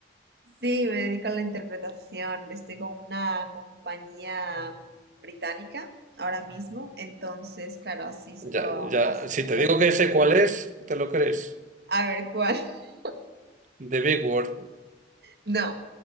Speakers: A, on the right (about 60°); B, on the right (about 45°).
A: Sí, me dedico a la interpretación. Estoy con una compañía británica ahora mismo, entonces, claro, asisto
B: Ya, ya,
A: a citas
B: si te digo
A: médicas.
B: que sé cuál es, ¿te lo crees?
A: A ver cuál. <laughs>
B: The Big Word,
A: No,